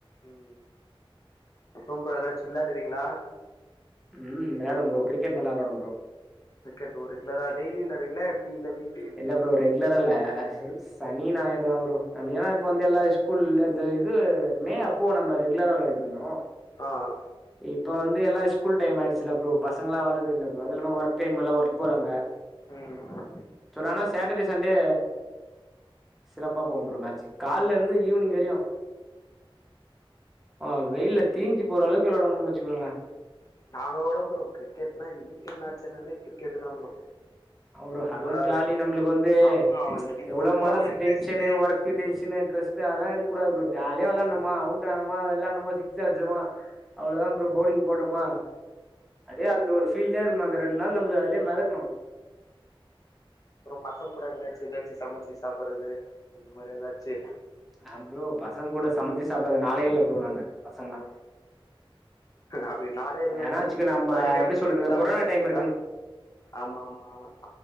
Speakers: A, on the left; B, in the centre.
A: ம் அப்றம்பா எதாச்சு விளாடுவீங்களா
B: ம் விளாடுவே ப்ரோ கிரிக்கெட் நல்லா விளாடுவே ப்ரோ
A: கிரிக்கெட் ஓ ரெகுலரா டெய்லி விளாடுவீங்களா எப்டி வீக்லியா
B: இல்ல ப்ரோ ரெகுலரா இல்ல ஆஸூ சனி நாயிறுதா ப்ரோ வியாழன் அப்ப வந்து எல்லா ஸ்கூலுல்ல இந்த இது மே அப் போ நம்ம ரெகுலரா விளாடிட்ருந்தோ
A: அ அ
B: இப்ப வந்து எல்லா ஸ்கூல் டைம் ஆயிடுச்சுல ப்ரோ. பசங்களா வாரது இல்ல ப்ரோ. அது இல்லாம, ஒர்க் டைமுல்ல ஒர்க் போறாங்க.
A: ம் ம் ம்
B: பட் ஆனா சாட்டடே சண்டே சிறப்பா போகு ப்ரோ மேட்ச்சு காலேல இருந்து ஈவ்னிங் வரையு ஆ வெயில்ல தீஞ்சு போற அளவுக்கு விளைடுவானுங்கனு வச்சுக்கோங்களே.
A: நாங்க கூட ப்ரோ, கிரிக்கெட்னா இது வீக்கெண்ட் மேட்ச்சுனாலே கிரிக்கெட்டுதா ப்ரோ.
B: அப்பறோ அது
A: ஃபுல்லாவே
B: ஒரு ஜாலி நம்மளுக்கு வந்து
A: ஆமா இந்த வீக்
B: எவ்ளோ
A: ஃபுல்லா
B: மனசு
A: ஒரு stress
B: tension, work tension, stress அதல்லா இருக்கக்கூடாது
A: ஆமா
B: ப்ரோ ஜா ஜாலியா விளாணமா, அவுட் ஆனமா, விளாணமா, சிக்ஸ் அடுச்சமா அவ்ளதா ப்ரோ பவ்லிங் போட்டமா அப்டியே அந்த ஒரு ஃபீல்லயே இருக்கணு அந்த ரெண்டு நாள் நம்ம அதுலயே மெதக்கணு
A: அப்பறோ பசங்க கூட எங்கயாச்சு எதாச்சு சமச்சு சாப்பற்றது அது மாரி எதாச்சு
B: அ ப்ரோ பசங்க கூட சமச்சு சாப்டாத நாளே இல்ல ப்ரோ நாங்க பசங்களா
A: அது நாளே இல்லனா
B: ஏனா
A: புரிலயே
B: வச்சுக்க நம்ப
A: அடிக்கடிக்கு
B: எப்டி சொல்றது
A: செஞ்சு
B: இந்த
A: சாப்ருகேன்றிங்ளா
B: கொரோனா டைம்
A: ஆமா ஆமா